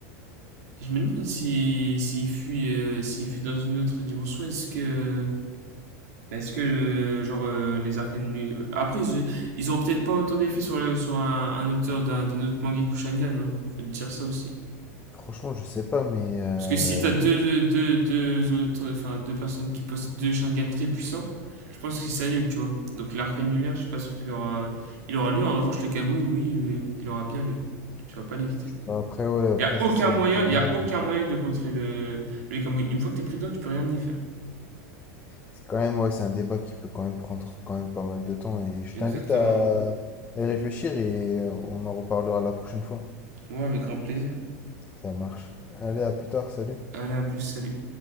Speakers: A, on the right; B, on the left.
A: je me demande s'il si, s'il fuit, euh, s'il fuit dans une autre dimension, est-ce que. Mais est-ce que, euh, genre, euh, les arcanes... nu- euh, Après, ils, ils auront peut-être pas autant d'effet sur, le- sur un, un auteur d'un d'un autre Mangekyou Shangan, hein. Faut te dire ça aussi.
B: Franchement, je sais pas, mais euh,
A: Parce que si t'as deux, deux, deux autres... Enfin, deux personnes qui possèdent deux Shangan très puissants, je pense qu'ils s'annulent, tu vois. Donc l'arcane annulaire, je suis pas sûr qu'il aura... Il aura lieu. En revanche, le Kamui, lui, oui, il aura bien lieu. Tu vas pas l'éviter.
B: après, ouais, après,
A: Il y a aucun
B: ça, c'est un
A: moyen,
B: débat.
A: il y a aucun moyen de contrer le, le Kamui. Une fois que t'es pris dedans, tu peux rien y faire.
B: C'est quand même, ouais, c'est un débat qui peut quand même prendre quand même pas mal de temps. Et je
A: Exactement,
B: t'invite à,
A: ouais.
B: à y réfléchir et on en reparlera la prochaine fois.
A: Ouais, avec grand plaisir.
B: Ça marche. Allez, à plus tard, salut.
A: Allez, à plus, salut.